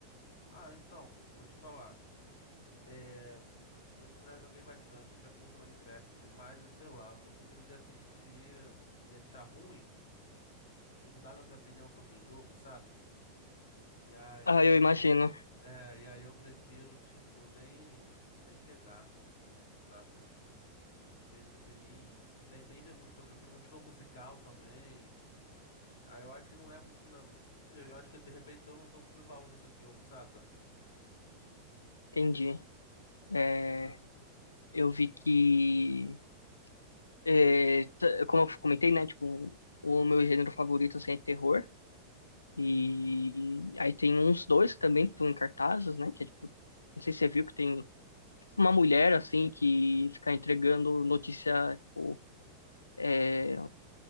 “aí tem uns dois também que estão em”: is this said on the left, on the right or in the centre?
Left